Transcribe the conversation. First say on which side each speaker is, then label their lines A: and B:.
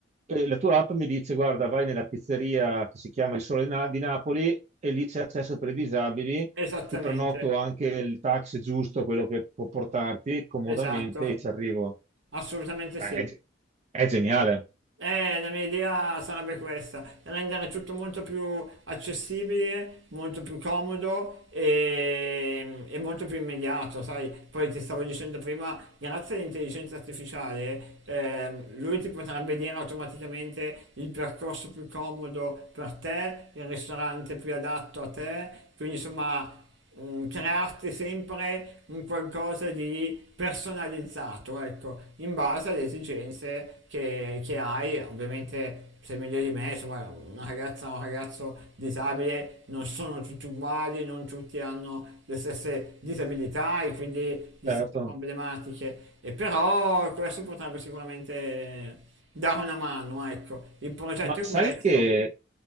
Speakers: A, on the right; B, on the right.
A: eh, la tua app mi dice, guarda, vai nella pizzeria che si chiama Il Sole di Na- di Napoli e lì c'è accesso per i disabili,
B: esattamente.
A: ti prenoto anche il taxi giusto, quello che può portarti comodamente
B: Esatto,
A: e ci arrivo.
B: assolutamente
A: Beh,
B: sì.
A: è, ge- è geniale,
B: Eh, la mia idea sarebbe questa, rendere tutto molto più accessibile, molto più comodo e, e molto più immediato, sai? Poi ti stavo dicendo prima, grazie all'intelligenza artificiale, ehm, lui ti potrebbe dire automaticamente il percorso più comodo per te, il ristorante più adatto a te, quindi insomma mm, crearti sempre un qualcosa di personalizzato, ecco, in base alle esigenze che, che hai, ovviamente sei meglio di me, insomma, una ragazza o un ragazzo disabile non sono tutti uguali, non tutti hanno le stesse disabilità e quindi le
A: certo.
B: stesse problematiche, e però questo potrebbe sicuramente dare una mano, ecco, il progetto
A: Ma
B: è
A: sai
B: questo.
A: che,